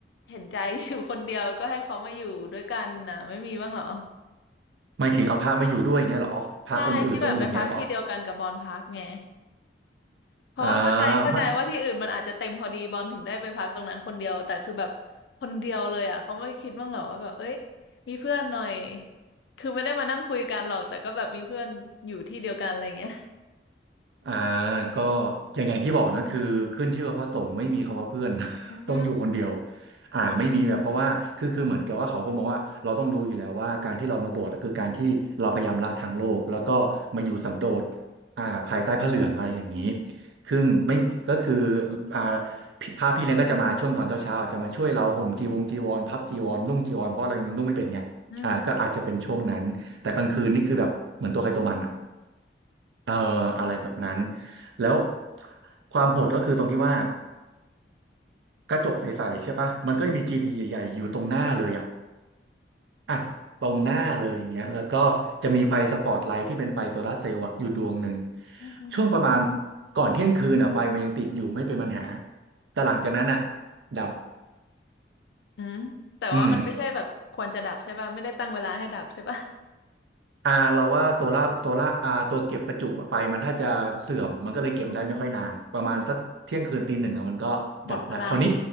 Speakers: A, on the left; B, on the right.
A: เห็นใจ <laughs> อยู่คนเดียวก็ให้เขามาอยู่ด้วยกันนะไม่มีบ้างเหรอ
B: ไม่ถึงเอาพระมาอยู่ด้วยอย่างเงี้ยเหรอพระองค์อื่นตนอื่นเงี้ยเหรอ
A: ใช่ที่แบบไปพักที่เดียวกันกับบอลพักไงเพราะว่าเข้าใจเข้าใจว่าที่อื่นมันอาจจะเต็มพอดีบอลถึงได้ไปพักตรงนั้นคนเดียวแต่คือแบบคนเดียวเลยอ่ะเขาไม่คิดบ้างเหรอว่าแบบเอ้ย
B: อ่า
A: มีเพื่อนหน่อยคือไม่ได้มานั่งคุยกันหรอกแต่ก็แบบมีเพื่อนอยู่ที่เดียวกันอะไรเงี้ย
B: อ่าก็อย่างอย่างที่บอกนะคือขึ้นชื่อว่าพระสงฆ์ไม่มีคำว่าเพื่อน <laughs>
A: อืม
B: ต้องอยู่คนเดียวอ่าไม่มีแบบเพราะว่าคือคือเหมือนกับว่าเขาคงมองว่าเราต้องรู้อยู่แล้วว่าการที่เรามาบวชอะคือการที่เราพยายามละทางโลกแล้วก็มาอยู่สันโดษอ่าภายใต้พระเหลืองอะไรอย่างนี้ซึ่งไม่ก็คืออ่าพี่พระพี่เลี้ยงก็จะมาช่วงตอนเช้าๆอาจจะมาช่วยเราห่มจีวงจีวรพับจีวรนุ่งจีวรเพราะเรายังนุ่งไม่เป็นไงอ่าก็อาจจะเป็นช่วงนั้นแต่กลางคืนนี่คือแบบเหมือนตัวใครตัวมันอะ
A: อืม
B: เอ่ออะไรแบบนั้นแล้วความโหดก็คือตรงที่ว่ากระจกใสๆใช่ปะมันก็จะมีจีดีใหญ่ๆอยู่ตรงหน้าเลยอ่ะอ่ะตรงหน้าเลยอย่างเงี้ยแล้วก็จะมีไฟสปอตไลท์ที่เป็นไฟโซลาร์เซลล์อะอยู่ดวงหนึ่ง
A: อืมอืม
B: ช่วงประมาณก่อนเที่ยงคืนอ่ะไฟมันยังติดอยู่ไม่เป็นปัญหาแต่หลังจากนั้นอ่ะดับ
A: อืมแต่ว่ามันไม่ใช่แบบควรจะดับใช่ป่ะไม่ได้ตั้งเวลาให้ดับใช่ป่ะ
B: อืม อ่าเราว่าโซล่าโซล่าอ่าตัวเก็บประจุไฟมันถ้าจะเสื่อมมันก็เลยเก็บได้ไม่ค่อยนานประมาณสักเที่ยงคืนตีหนึ่งอะมันก็ดับแล้วคราวนี้
A: อืมหมดพลัง